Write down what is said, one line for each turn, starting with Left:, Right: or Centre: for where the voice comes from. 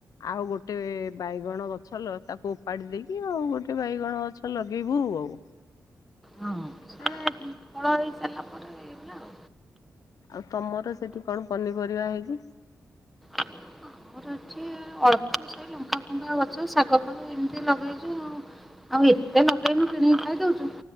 Left: ଆଉ ଗୋଟେ ବାଇଗଣ ଗଛ ତାକୁ ଉପାଡି ଦେଇକି, ଆଉ ଗୋଟେ ବାଇଗଣ ଗଛ ଲଗେଇବୁ ଆଉ।
Centre: ହଁ
Left: <inaudible>
Centre: ସେ ଫଳ ହେଇ ସାରିଲା ପରେ ଆଉ।
Left: ଆଉ ତମର ସେଠି କଣ ପନିପରିବା ହେଇଛି?
Centre: ଆମର ଏଠି ଅଳ୍ପ ସେ ଲଙ୍କା ଫଙ୍କା ଗଛ ଶାଗ ଫାଗ ଏମିତି ଲଗେଇଚୁ ଆଉ। ଆଉ ଏତେ ଲଗେଇନୁ କିଣିକି ଖାଇଦଉଛୁ